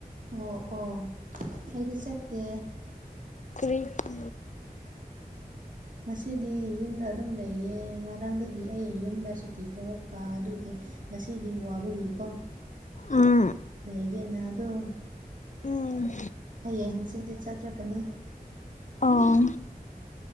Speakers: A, on the right (about 55°); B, on the left (about 50°).
A: ꯑꯣ ꯑꯣ ꯑꯩꯗꯤ ꯆꯠꯇꯦ
B: ꯀꯔꯤꯒꯤ
A: ꯉꯁꯤꯗꯤ ꯌꯨꯝꯗ ꯑꯗꯨꯝ ꯂꯩꯌꯦ ꯉꯔꯥꯡꯗꯒꯤ ꯑꯩꯒꯤ ꯌꯨꯝꯗ ꯁꯨꯇꯤ ꯊꯣꯔꯛꯄ ꯑꯗꯨꯒꯤ ꯉꯁꯤꯗꯤ ꯋꯥꯕꯒꯤꯀꯣ
B: ꯎꯝ
A: ꯂꯩꯒꯦꯅ ꯑꯗꯨ
B: ꯎꯝ
A: ꯍꯌꯦꯡ ꯍꯪꯆꯤꯠꯇꯤ ꯆꯠꯔꯛꯀꯅꯤ
B: ꯑꯣ